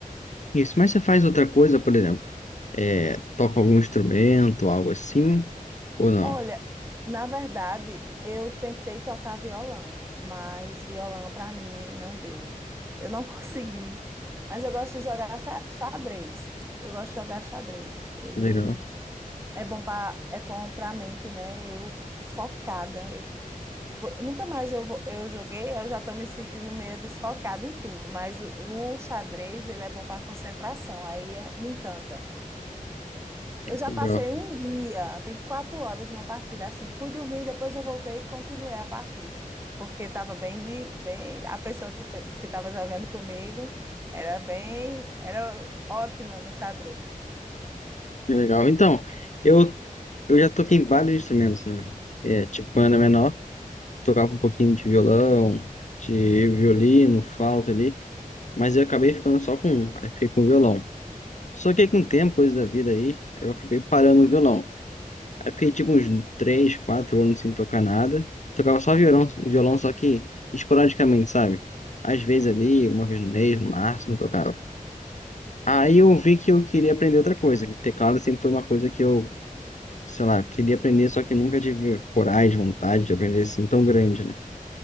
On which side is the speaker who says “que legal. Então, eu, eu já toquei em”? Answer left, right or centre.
Left